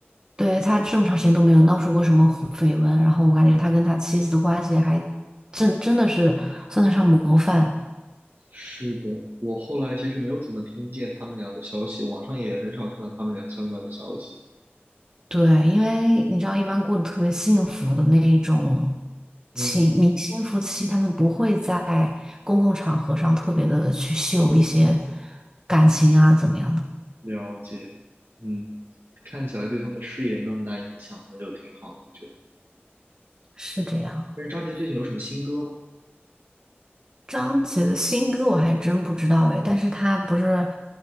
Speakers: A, on the right; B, on the right.
A: 对，他这么长时间都没有闹出过什么红绯闻，然后我感觉他跟他妻子的关系还真真的是算得上模范。
B: 是的，我后来其实没有怎么听见他们俩的消息，网上也很少看到他们俩相关的消息。
A: 对，因为你知道，一般过得特别幸福的那一种
B: 嗯，
A: 情明星夫妻，他们不会在公共场合上特别的去秀一些感情啊，怎么样的，
B: 了解。嗯，看起来对他们的事业没有很大影响，那就挺好的，我觉得。
A: 是这样。
B: 但是张杰最近有什么新歌吗？
A: 张杰的新歌我还真不知道哎，但是他不是，